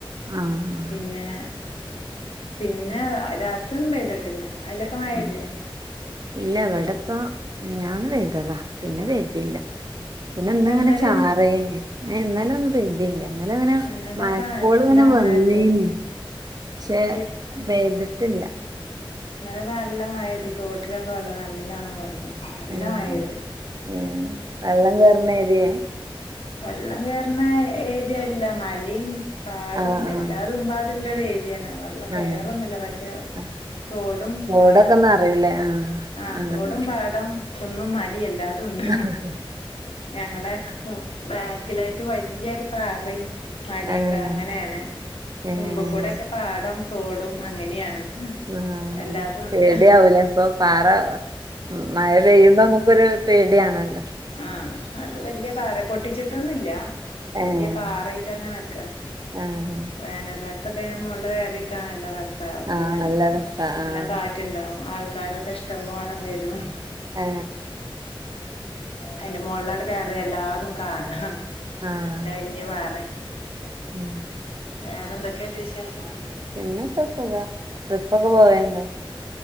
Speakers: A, on the right; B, on the left.
A: ആ ആ
B: പിന്നെ പിന്നെ രാത്രിഒന്നും പെയ്തിട്ടില്ല അയ്ലൊക്കെ മയല്ലേ
A: ഉം ഇല്ല വിടെപ്പ മിഞാന്ന് പെയ്തതാ പിന്നെ പെയ്തില്ല പിന്നെ ന്ന്ങ്ങനെ
B: ഇന്നലെ
A: ചാറീനു എ ന്നെലൊന്നും പെയ്തീല്ല ന്നെലെങ്ങനെ
B: ഇന്നലെയൊക്കെ
A: മഴക്കോള്ങ്ങനെ
B: നല്ല
A: വന്നീന്
B: മഴ തോ
A: ക്ഷെ
B: അത്
A: പെയ്തിട്ടില്ല
B: ന്നെലൊക്കെ നല്ല മഴപെയ്ത് തോട്ടിലൊക്കെ വള്ള നല്ലോണം വള്ളം നല്ല
A: ഏഹ്
B: മഴ പെയ്ത്
A: ഏഹ് വെള്ളം കേറുന്ന ഏരിയേ
B: വെള്ളം കേറുന്ന ഏരിയല്ല മലേം പാടം
A: ആഹ് ആഹ്
B: എല്ലാതും പാടള്ള ഒരു ഏരിയാണ് വെള്ളം
A: ആഹ്
B: കേറൊന്നില്ല പക്ഷെ
A: ആഹ്
B: തോടും
A: തോടൊക്കെ
B: പാടം
A: നറയൂലേ ആഹ്
B: ആ
A: അങ്ങനെ
B: തോടും പാടം കുന്നും മല എല്ലാതും ഉണ്ട്
A: അ ഹാ ഹ
B: ഞങ്ങളെ ബാക്കിലായിട്ട് വല്ല്യൊര് പാറിം മാലെക്കെ
A: ആഹ്
B: അങ്ങനെണ്
A: ഏഹ്
B: മുമ്പ്ക്കൂടെക്കെ പാടം തോടും അങ്ങനെയാണ്
A: ആ
B: എല്ലാതും ഉണ്ട്
A: പേട്യവൂലേ അപ്പൊ പാറ ഉം മഴ പെയ്യുമ്പോ നമുക്കൊരു പേടിയാണല്ലോ
B: ആ അത് വലിയ പാറ പൊട്ടിച്ചിട്ടൊന്നുല്ല. വല്യ
A: ഏഹ്
B: പാറായിട്ട് അങ്ങനെ നിക്ക
A: ആഹ്
B: വേനൽ കാല അപ്പത്തേന് മൊളില് കേറിനിക്കാൻ നല്ല ര സാ
A: ആഹ്
B: പിന്നെ
A: നല്ല രസാ
B: നല്ലാ
A: ആഹ്
B: കാറ്റുണ്ടാവും ആൾക്കാരൊക്കെ ഇഷ്ടം പോണം വരും
A: ആ
B: അതിന്റെ മുകളിലാട് കയറിയാൽ എല്ലാതും കാണാ
A: ആഹ്
B: എന്താ വലിയ പാറെ
A: ഉം
B: വേറെന്തൊക്കെട്ട് വിശേഷം?
A: പിന്നൊക്കെ സുഖം. ട്രിപ്പൊക്കെ പോവേണ്ടോ?